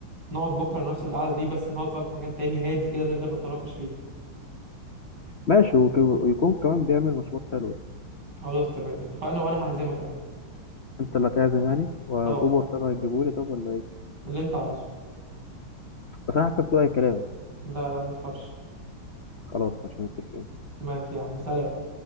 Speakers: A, on the right; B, on the left.
A: نقعد بكره نفس القعده دي بس نقعد في مكان تاني هادي كده نقدر نتناقش فيه
B: ماشي وك- ويكون كمان بيعمل مشروبات حلوة
A: خلاص تمام اتفقنا وانا هعزمك يا عم
B: أنت اللي هتعزم يعني والأوبر
A: اه
B: تبع هتجيبهولي طب ولا إيه؟
A: اللي انت عايزه
B: بس أنا حسبته أي كلام
A: لا لا ما تخافش
B: خلاص مش متفقين
A: ماشي يا عم سلام